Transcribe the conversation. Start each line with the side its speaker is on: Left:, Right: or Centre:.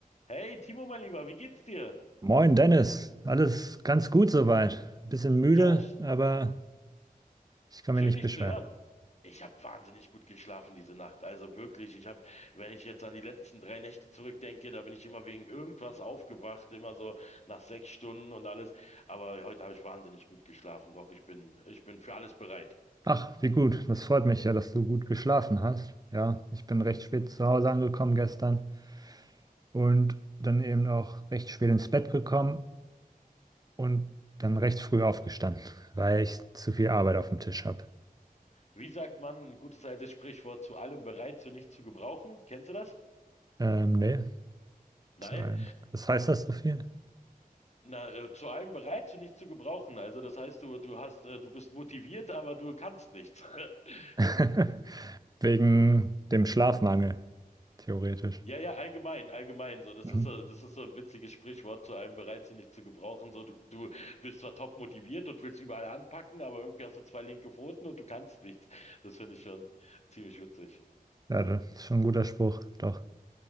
Left: Hey, Timo, mein Lieber, wie geht's dir?
Right: Moin Dennis, alles ganz gut soweit. Ein bisschen müde,
Left: Ja, sch-
Right: aber ich kann
Left: schön
Right: mich nicht
Left: dich
Right: beschweren.
Left: zu hören. Ich habe wahnsinnig gut geschlafen diese Nacht. Also wirklich, ich habe, wenn ich jetzt an die letzten drei Nächte zurückdenke, da bin ich immer wegen irgendwas aufgewacht, immer so nach sechs Stunden und alles. Aber heute habe ich wahnsinnig gut geschlafen. Doch, ich bin, ich bin für alles bereit.
Right: Ach, wie gut, das freut mich ja, dass du gut geschlafen hast. Ja, ich bin recht spät zu Hause angekommen gestern und dann eben auch recht spät ins Bett gekommen und dann recht früh aufgestanden, weil ich zu viel Arbeit auf dem Tisch habe.
Left: Wie sagt man, ein gutes altes Sprichwort, zu allem bereit, zu nichts zu gebrauchen? Kennst du das?
Right: Ähm, nee,
Left: Nein,
Right: zu allem. Was heißt das so viel?
Left: na, äh, zu allem bereit, zu nichts zu gebrauchen. Also das heißt, du, du hast, äh, du bist motiviert, aber du kannst nichts. <laughs>
Right: <laughs> Wegen dem Schlafmangel, theoretisch.
Left: Ja, ja, allgemein, allgemein so. Das
Right: Mhm.
Left: ist so, das ist so ein witziges Sprichwort zu einem bereit sind nicht zu gebrauchen. So, du, du bist zwar top motiviert und willst überall anpacken, aber irgendwie hast du zwei linke Pfoten und du kannst nichts. Das finde ich schon ziemlich witzig.
Right: Ja, das ist schon ein guter Spruch, doch.